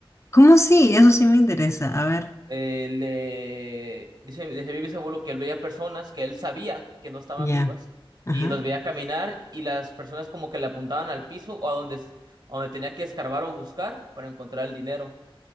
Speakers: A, on the left (about 30°); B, on the right (about 50°).
A: ¿Cómo sí? Eso sí me interesa. A ver.
B: Eh, le dice, dice mi bisabuelo que él veía personas que él sabía que no estaban
A: Ya.
B: vivas
A: Ajá.
B: y los veía caminar y las personas como que le apuntaban al piso o a donde, a donde tenía que escarbar o buscar para encontrar el dinero.